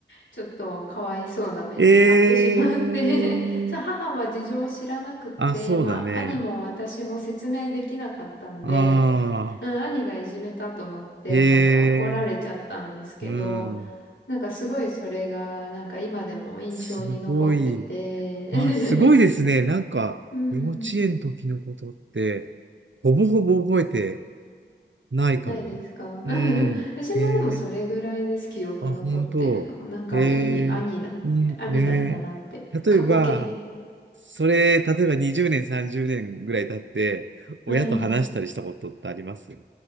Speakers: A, on the left; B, on the right.
A: ちょっとかわいそうな目に遭ってしまって
B: えー。
A: <laughs> そう、母は事情を知らなくって、
B: あ、そうだね。
A: まあ、兄も私も説明できなかったんで、
B: あ
A: うん、兄がいじめたと思って、
B: ー。へえ
A: なんか怒られちゃったんですけど、
B: ー。うん。
A: なんかすごいそれが、なんか今でも印象に残ってて、
B: すごい。あ、すごいですね。なんか、
A: <laughs> うん、
B: 幼稚園の時のことって、ほぼほぼ覚えてないかも。
A: ないですか <laughs>
B: うん。
A: 私もでもそれぐらいです、
B: えー。
A: 記憶残ってるの。
B: あ、本当。
A: なんかいい兄だ、
B: ええ、いいね。
A: 兄だったなって、
B: 例えば、
A: 過去形み、
B: それ、例えば20年、30年ぐらい経って、親と話したりしたことってあります
A: はい。